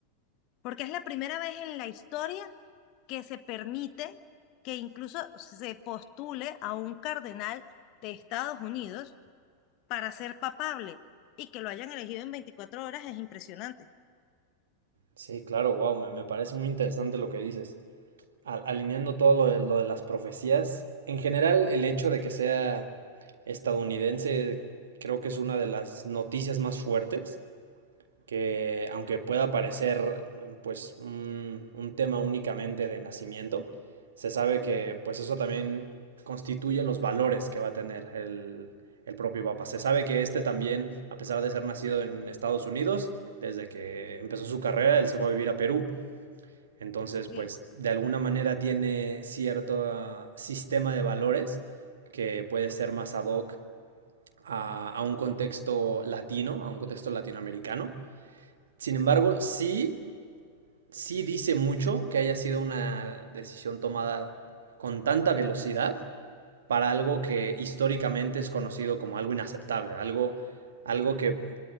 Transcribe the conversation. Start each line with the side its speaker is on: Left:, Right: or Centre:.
Left: porque es la primera vez en la historia que se permite que incluso se postule a un cardenal de Estados Unidos para ser papable y que lo hayan elegido en 24 horas es impresionante.
Right: Sí, claro, wow, me, me parece muy interesante lo que dices. a- alineando todo lo de, lo de las profecías, en general el hecho de que sea estadounidense creo que es una de las noticias más fuertes, que aunque pueda parecer pues un, un tema únicamente de nacimiento, se sabe que pues eso también constituye los valores que va a tener el, el propio Papa. Se sabe que este también, a pesar de ser nacido en Estados Unidos, desde que empezó su carrera, él se fue a vivir a Perú. Entonces,
Left: Sí,
Right: pues de alguna manera tiene cierto ah, sistema de valores que puede ser más ad hoc a, a un contexto latino, a un contexto latinoamericano. Sin embargo, sí, sí dice mucho que haya sido una decisión tomada con tanta velocidad para algo que históricamente es conocido como algo inaceptable, algo, algo que